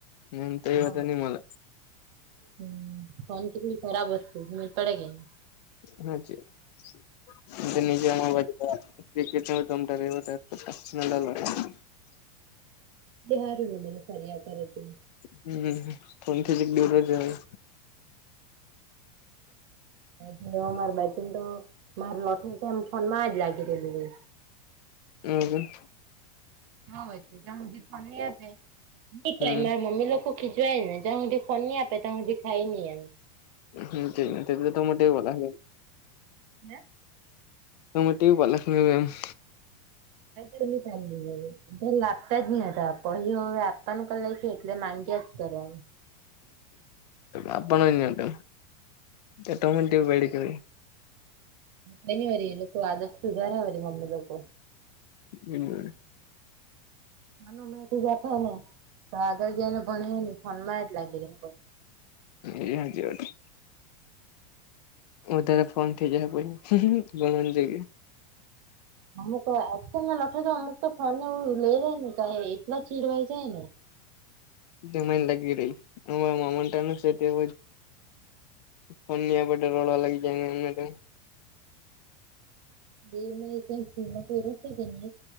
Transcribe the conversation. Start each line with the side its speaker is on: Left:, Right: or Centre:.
Left: એમ તો એ
Right: હ
Left: બધા ની મળે
Right: હમ ફન કટલી ખરાબ વસ્તુ ભુલ પડગેની.
Left: હા જી <unintelligible>
Right: બિહારનું બ ફર્યા કરે તું.
Left: હમ ફોન થી જ દરોજ હોય.
Right: હમ મારબાચ તો માર નોતુ તો એમ ફોન માં જ લાગી દેલું ગઈ.
Left: હમ
Right: હવેય જે કારણકે એ ટાઈમ
Left: હમ
Right: મા મમી લોકો ખીજવાયને જાં સુઠી ફોન નહિ આપે તં સુઠી ખાય ની એમ.
Left: હમ તો મો બોલા
Right: હમ
Left: તમે ટ ભલમ <inaudible>
Right: કઈ તો લાગતા જ નહી હતા પહ હવે આપવાનું ક લે છે એટલે માંગ્યા કરસ્વ <unintelligible>
Left: અપણ તટ એટ મટ પડી <inaudible>
Right: કઈ વાળરી એ લોકો આદત સુધારા હોરી મમ્મી પપુ
Left: બનને
Right: નું મેહથી જા ને તો આગળ જઈને ભણ હ ને શન જ લાગી
Left: એજવાટું <inaudible> વધારે ફોન થઇ જશે પછી ભણવા જઈ ગ
Right: મને તો એચ નાને લઠેજ અમક તો ફોનું લઈ લે ન ક એટલા ચીડવાઈ જાય ને?
Left: જમાને લાગી રહી અ મમતાનું છે તે જ ફનિયા પટેે રોળ લાગી જાયને એટ
Right: એ મે એક સ્કૂલમાં પર ક <unintelligible>